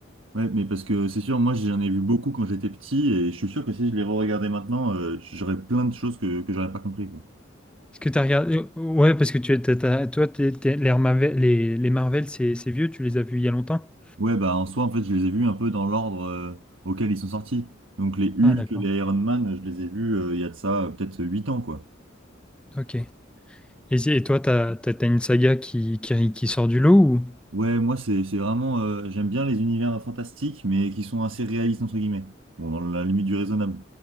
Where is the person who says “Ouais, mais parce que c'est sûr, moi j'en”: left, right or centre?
Right